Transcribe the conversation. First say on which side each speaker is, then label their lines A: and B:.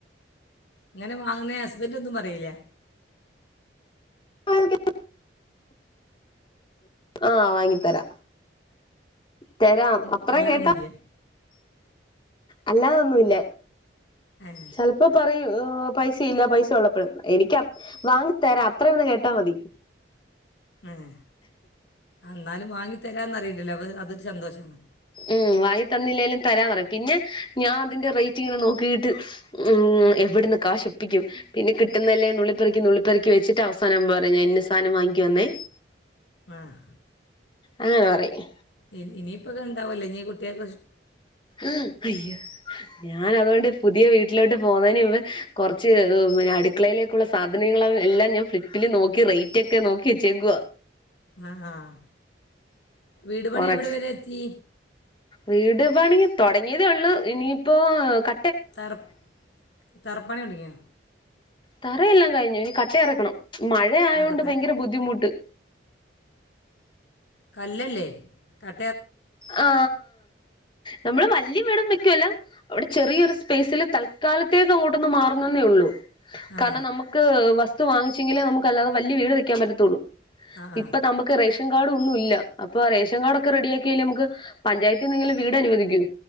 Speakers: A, on the left; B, on the left.
A: ഇങ്ങനെ വാങ്ങുന്നേ ഹസ്ബന്റൊന്നും പറയിലെ
B: <unintelligible> ആഹ് വാങ്ങി തരാ തരാം
A: ഉം,
B: അത്ര
A: അല്ലാതൊന്നുമില്ല
B: കേട്ടാ അല്ലാതൊന്നുല്ല
A: ഏ
B: ചിലപ്പോ പറയും പൈസയില്ല പൈസ ഉള്ളപ്പെളെന്ന് എനിക്ക് വാങ്ങി തരാ അത്ര ഒന്ന് കേട്ടാ മതി
A: ആഹ് എന്നാലും വാങ്ങി തരാന്ന് പറയിണ്ടല്ലോ അപ്പോ അതൊരു സന്തോഷാണ്.
B: ഉം വാങ്ങി തന്നില്ലേലും തരാ പറയും പിന്നെ ഞാൻ അതിന്റെ റേറ്റിങ്ങനെ നോക്കിയിട്ട് ഉം എവിടന്ന് കാശ് ഒപ്പിക്കും പിന്നെ കി എന്നല്ലേ നുള്ളിപ്പെർക്കി നുള്ളിപ്പെർ വെച്ചിട്ട് അവസാനം പറയും ഞാൻ ഇന്ന സാധനം വാങ്ങിക്കാന്നേ
A: ആഹ്
B: അങ്ങനെ പറയും
A: ഇനി ഇനിയിപ്പൊക്കെണ്ടാവുല്ലേ ഇനി കുട്ടിയാകൊക്കെ
B: ആഹ് അയ്യോ ഞാനതുകൊണ്ട് പുതിയ വീ ട്ടിലോട്ട് പോകുന്നതിന് മുമ്പ് കുറച്ച് പിന്നെ അടുക്കളയിലേക്കുള്ള സാധനങ്ങൾ എല്ലാം ഞാൻ ഫ്ലിപ്പിൽ നോക്കി റേറ്റ് ഒക്കെ നോക്കി വച്ചേക്കുവാ
A: ആഹ് ആഹ് വീടു പണി
B: കൊറച്ച്
A: എവിടെ വരെ എത്തീ
B: വീട് പണി തുടങ്ങിയതേ ഒള്ളൂ ഇനിയിപ്പോ ക
A: തറപ് തറപ്പണി തുടങ്ങിയൊ
B: തറയെല്ലാം കഴിഞ്ഞു ഇനി കട്ട എറക്കണം മഴയായോണ്ട്
A: ആ കട്ട
B: ഭയങ്കര ബുദ്ധിമുട്ട്
A: കല്ലല്ലേ ത
B: ആ നമ്മള് വലിയ വീട് വെക്കുവല്ല അവിടെ ചെറിയൊരു സ്പേസില് തൽക്കാലത്തേക്ക് അങ്ങോട്ടൊന്ന് മാറുന്നന്നേ ഉള്ളൂ
A: ആ
B: കാരണം നമുക്ക് വസ് തു വാങ്ങിച്ചെങ്കിലെ നമുക്ക് അല്ലാതെവല്യ വീട് വെക്കാൻ പറ്റത്തുള്ളൂ
A: ആ ആ
B: ഇപ്പൊ നമുക്ക് റേഷ- ൻകാർഡും ഒന്നും ഇല്ല അപ്പ റേഷൻ കാർഡ് ഒക്കെ റെഡിയാ ലെ നമുക്ക് പഞ്ചായത്തീന്നെങ്കിലും വീട് അനുവദിക്കൂ